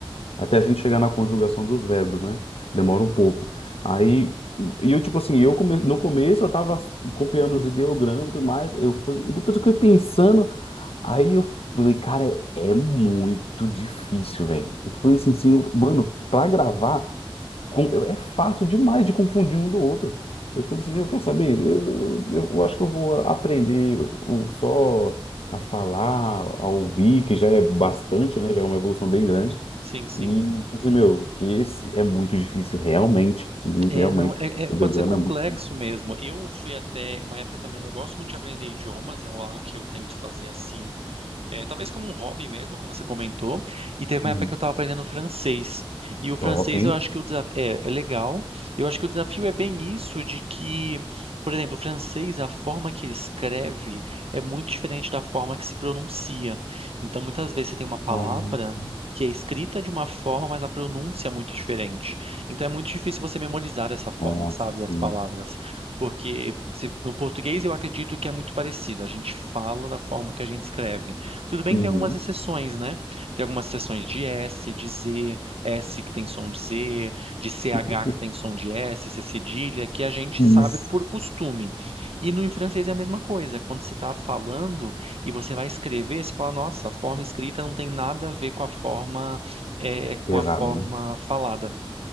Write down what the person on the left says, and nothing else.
até a gente chegar na conjugação dos verbos, né? Demora um pouco. Aí, e eu, tipo assim, eu come... no começo eu tava copiando os ideogramas e tudo mais, eu falei, e depois eu fiquei pensando, aí eu falei, cara, é, é muito difícil, velho. E fui assim, assim, mano, pra gravar, com- é fácil demais de confundir um do outro. Eu falei assim, eu quero saber, eu, eu eu acho que eu vou aprender o- só a falar, a ouvir, que já é
bastante, né? Já é uma evolução bem grande.
E, tipo assim, meu, que esse é muito difícil, realmente. Muito,
realmente.
O
ideograma
é muito
muito
top, hein?
Ah,
nossa,
sim
Uhum.
<laughs>
Isso.
Pesado,